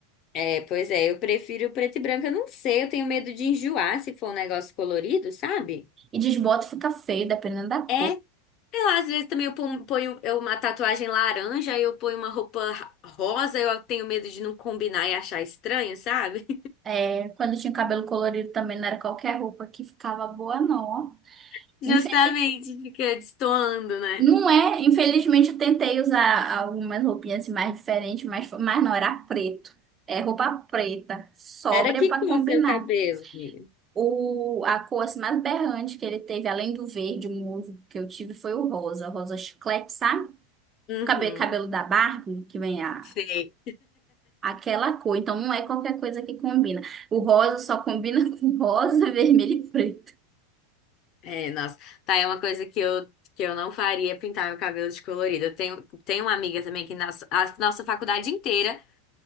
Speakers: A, on the left (about 35°); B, on the right (about 20°).
A: é, pois é, eu prefiro o preto e branco. Eu não sei, eu tenho medo de enjoar se for um negócio colorido, sabe?
B: E desbota fica feio, dependendo da cor.
A: É, sei lá, às vezes também eu pon- ponho eu, uma tatuagem laranja, aí eu ponho uma roupa ra- rosa, eu tenho medo de não combinar e achar estranho, sabe?
B: É, quando eu tinha cabelo colorido também não era qualquer roupa que ficava boa, não. ó.
A: <laughs> Justamente,
B: Infel-
A: fica destoando, né?
B: Não é, infelizmente eu tentei usar algumas roupinhas assim, mais diferentes, mas, mas não, era preto. É roupa preta, sóbria
A: Era que
B: pra
A: cor
B: combinar.
A: seu cabelo, amiga?
B: O, a cor assim, mais berrante que ele teve, além do verde, o musgo que eu tive, foi o rosa, rosa chiclete, sabe?
A: Uhum.
B: O cabelo, cabelo da Barbie, que vem a,
A: Sei.
B: aquela cor. Então não é qualquer coisa que combina. O rosa só combina <laughs> com rosa, vermelho e preto.
A: É, nossa, tá, é uma coisa que eu, que eu não faria pintar meu cabelo de colorido. Eu tenho, tenho uma amiga também que na a nossa faculdade inteira,